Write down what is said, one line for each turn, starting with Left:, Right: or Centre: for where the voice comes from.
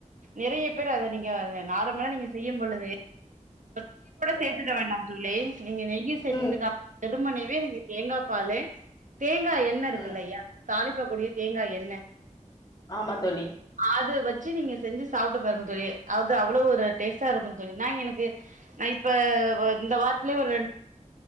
Right: நிறைய பேர் அத நீங்க நார்மலா நீங்க செய்யும் பொழுது நெய்யி கூட சேத்துக்க வேண்டா தோழி நீங்க நெய்யு சேத்துக்க
Left: ம்
Right: அப் வெருமனவே நீங்க தேங்காய் பால்லு தேங்கா எண்ண இருக்குல்லையா
Left: ம்
Right: தாளிப்ப கூடிய தேங்கா எண்ண
Left: ஆமா தோழி
Right: அது வெச்சு நீங்க செஞ்சு சாப்டு பாருங்க தோழி அது அவ்ளோ ஒரு டேஸ்ட்டா இருக்கு தோழி நான் எனக்கு நா இப்ப இந்த வாரத்திலேயே ஒரு ரெண்